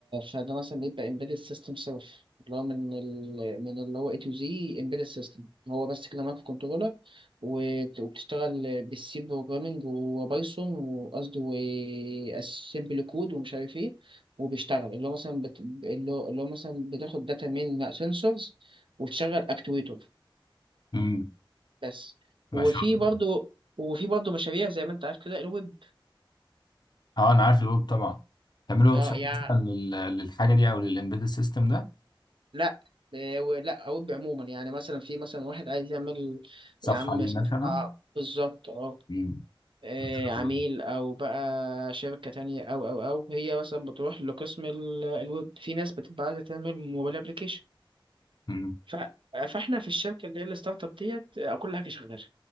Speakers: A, on the right; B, on the left.
A: فده مثلا بيبقى embedded system سيلف اللي هو من ال... من اللي هو A to Z embedded system هو بس كده مايكرو كنترولر وت- وبتشتغل بالسي بروجرامينج وبايثون وقصدي واسمبل كود ومش عارف ايه وبيشتغل اللي هو مثلا بت... اللي هو اللي هو مثلا بتاخد داتا من سنسورز وتشغل اكتويتور
B: امم
A: بس
B: ما
A: وفي
B: شاء الله
A: برضه وفي برضه مشاريع زي ما انت عارف كده الويب
B: اه انا عارف الويب طبعا تعملوا ويب
A: اه
B: سايت
A: يعني
B: مثلا لل- للحاجه دي او للامبيدد سيستم ده
A: لا إيه، ولا اوب عموما يعني مثلا في مثلا واحد عايز يعمل
B: صفحه
A: يا عم
B: ليه
A: صفحة
B: مثلا
A: بالظبط اه
B: امم
A: إيه،
B: ما شاء
A: عميل
B: الله.
A: او بقى شركة تانية او او او هي مثلا بتروح لقسم ال- الويب في ناس بتبقى عايزة تعمل موبايل ابليكيشن
B: امم
A: ف... فاحنا في الشركة اللي هي الستارت اب ديت آه، كل حاجة شغالة